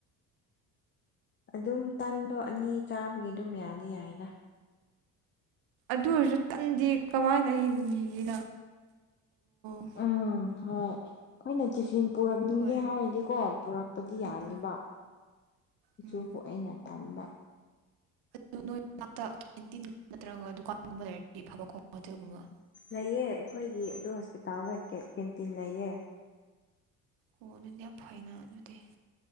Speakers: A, on the left; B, on the right.
A: ꯑꯗꯨꯝ ꯇꯟꯗꯣ ꯑꯅꯤ ꯆꯥꯕꯒꯤ ꯑꯗꯨꯝ ꯌꯥꯗꯝ ꯌꯥꯏꯗ
B: ꯑꯗꯨ ꯑꯣꯏꯔꯁꯨ ꯇꯟꯗꯤ ꯀꯃꯥꯏꯅ ꯍꯤꯡꯈꯤ <unintelligible>
A: ꯎꯝ ꯍꯣꯏ ꯑꯩꯈꯣꯏꯅ ꯇꯤꯐꯤꯟ ꯄꯨꯔꯛꯅꯤꯡꯉꯦ
B: ꯍꯣꯏ
A: ꯍꯥꯏꯔꯗꯤꯀꯣ ꯄꯣꯔꯛ ꯄꯗꯤ ꯌꯥꯅꯤꯕ
B: ꯎꯝ
A: ꯑꯗꯨꯕꯨ
B: ꯎꯝ
A: ꯑꯩꯅ ꯇꯟꯕ
B: ꯑꯗꯨ ꯅꯣꯏ ꯃꯅꯥꯛꯇ ꯀꯦꯟꯇꯤꯟ ꯅꯠꯇ꯭ꯔꯒ ꯗꯨꯀꯥꯟꯒꯨꯝꯕ ꯂꯩꯔꯗꯤ ꯐꯕꯀꯣ ꯍꯣꯇꯦꯜꯒꯨꯝꯕ
A: ꯂꯩꯑꯧ ꯑꯩꯈꯣꯏꯒꯤ ꯑꯗꯨ ꯍꯣꯁꯄꯤꯇꯥꯜꯗ ꯀꯦꯟꯇꯤꯟ ꯂꯩꯌꯦ
B: ꯑꯣ ꯑꯗꯨꯗꯤ ꯌꯥꯝ ꯐꯩꯅ ꯑꯗꯨꯗꯤ